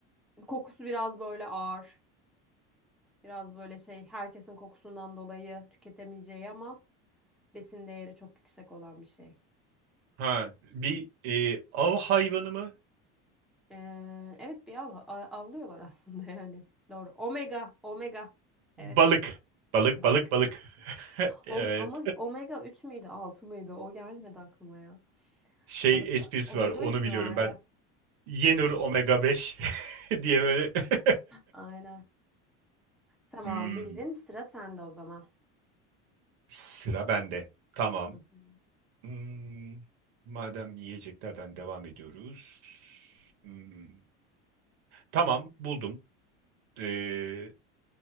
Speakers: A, in the centre; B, on the right.
A: kokusu biraz böyle ağır. Biraz böyle şey herkesin kokusundan dolayı tüketemeyeceği ama besin değeri çok yüksek olan bir şey.
B: Ha, bir e, av hayvanı mı?
A: Ee, evet bir av- a- avlıyorlar aslında <laughs> yani. Doğru. Omega, omega. Evet.
B: Balık. Balık,
A: Balık.
B: balık, balık. <laughs> Evet.
A: Ome- Oma- Omega 3 müydü 6 mıydı? O gelmedi aklıma ya.
B: Şey
A: Balıkta
B: esprisi
A: omega
B: var. Onu
A: 3 mü
B: biliyorum
A: vardı?
B: ben. Yenur omega 5 <laughs> diye böyle. <laughs>
A: Aynen. Tamam
B: Hmm.
A: bildin. Sıra sende o zaman.
B: Sıra bende. Tamam.
A: Hı hı.
B: Hmm. Madem yiyeceklerden devam ediyoruz. Hmm. Tamam, buldum. Ee,